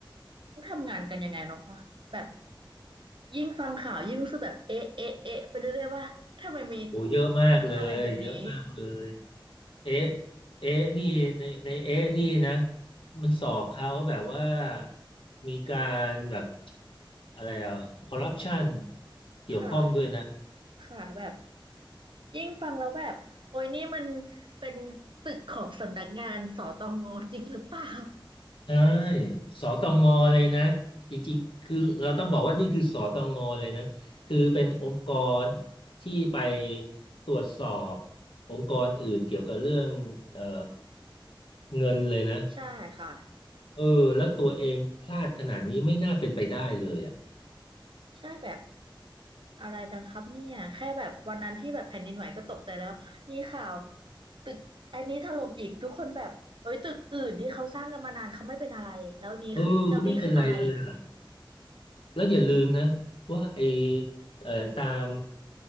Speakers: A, on the right (about 65°); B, on the left (about 75°).
A: เขาทำงานกันยังไงเนาะคะแบบยิ่งฟังข่าวยิ่งรู้สึกแบบเอ๊ะเอ๊ะเอ๊ะไปเรื่อยๆว่าทำไมมี
B: โอ้เยอะมากเลยเยอะมากเลย
A: อะไรแบบนี้
B: เอ๊ะเอ๊ะนี่ในในเอ๊ะนี่นะมันสอบเขาแบบว่ามีการแบบอะไรอ่ะคอร์รัปชันเกี่ยวข้องด้วยนะ
A: ค่ะ ค่ะแบบยิ่งฟังแล้วแบบโอ้ยนี่มันเป็นตึกของสำนักงานสตงจริงหรือเปล่า
B: ใช่สตงเลยนะจริงๆคือเราต้องบอกว่านี่คือสตงเลยนะคือเป็นองค์กรที่ไปตรวจสอบองค์กรอื่นเกี่ยวกับเรื่องเอ่อเงินเลยนะ
A: <laughs> ใช่ค่ะ
B: เออแล้วตัวเองพลาดขนาดนี้ไม่น่าเป็นไปได้เลยอ่ะ
A: ใช่แบบ อะไรกันครับเนี่ยแค่แบบวันนั้นที่แบบแผ่นดินไหวก็ตกใจแล้วมีข่าวตึกอันนี้ถล่มอีกทุกคนแบบเอ้ยตึกอื่นที่เขาสร้างกันมานานเขาไม่เป็นอะไรแล้วนี้คือแล้วนี้คืออะไร
B: เออก็ไม่เป็นไรเลย แล้วอย่าลืมนะว่าไอเอ่อตาม